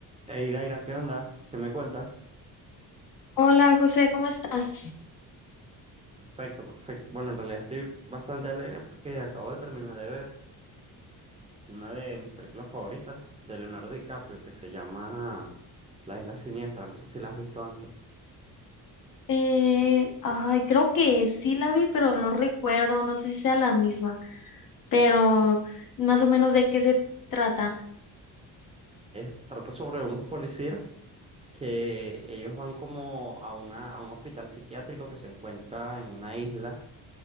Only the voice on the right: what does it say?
Hey Daira, ¿qué onda? ¿Qué me cuentas?
Perfecto, perfecto. Bueno, en realidad estoy bastante alegre porque acabo de terminar de ver una de mis películas favoritas de Leonardo DiCaprio que se llama La Isla Siniestra. No sé si la has visto antes.
Es- trata sobre unos policías que ellos van como a una, a un hospital psiquiátrico que se encuentra en una isla